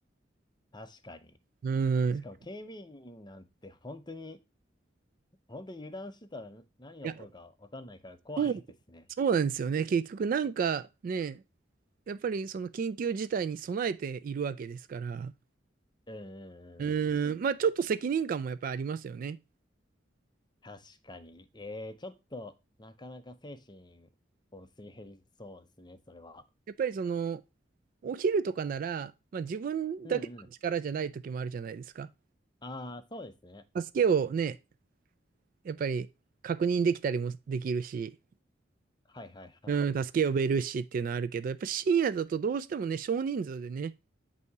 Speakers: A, on the left; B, on the right.
A: 確かに。
B: うん。
A: しかも警備員なんて本当に、本当に油断してたら何が起こるかわかんないから怖いですね。
B: いや、そう、そうなんですよね。結局なんかね、やっぱりその緊急事態に備えているわけですから、
A: うーん。
B: うん、まあちょっと責任感もやっぱりありますよね。
A: 確かに。えー、ちょっと、なかなか精神をすり減りそうですね、それは。
B: やっぱりその、お昼とかなら、まあ自分だけの力じゃない時もあるじゃないですか。
A: うんうん。ああ、そうですね。
B: 助けをね、やっぱり確認できたりもできるし、
A: はいはいはい。
B: うん、助け呼べるしっていうのはあるけど、やっぱ深夜だとどうしてもね、少人数でね、